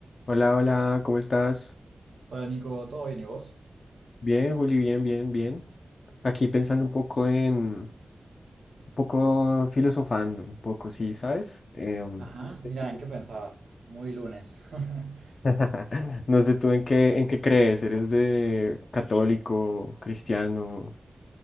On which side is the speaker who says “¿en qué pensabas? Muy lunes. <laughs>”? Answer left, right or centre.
Right